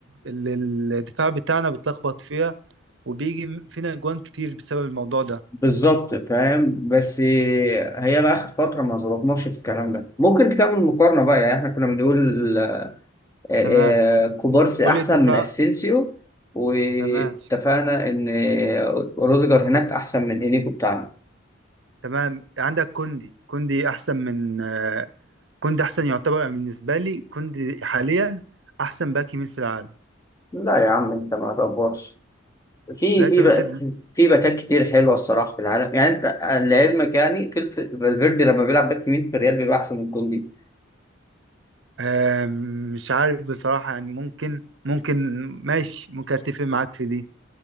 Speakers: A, on the right (about 65°); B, on the left (about 15°).
A: اللي الدفاع بتاعنا بيتلخبط فيها وبيجي فينا اجوان كتير بسبب الموضوع ده
B: بالظبط فاهم بس هي بقى اخر فتره ما ظبطناش في الكلام ده ممكن تعمل مقارنه بقى يعني احنا كنا بنقول آه، آه،
A: تمام
B: كوبارسي
A: قول
B: احسن
A: لي الدفاع
B: من اسينسيو واتفقنا
A: تمام
B: ان آه، روديجر هناك احسن من انيجو بتاعنا
A: تمام عندك كوندي كوندي احسن من آه، كوندي احسن يعتبر بالنسبه لي كوندي حاليا احسن باك يمين في العالم
B: لا يا عم انت ما تقفرش في
A: لا انت
B: في
A: بت...
B: بقى في باكات كتير حلوه الصراحه في العالم يعني انت لعلمك يعني فيل- فالفيردي لما بيلعب باك يمين في الريال بيبقى احسن من كوندي
A: آه، مش عارف بصراحه يعني ممكن ممكن ماشي ممكن اتفق معاك في دي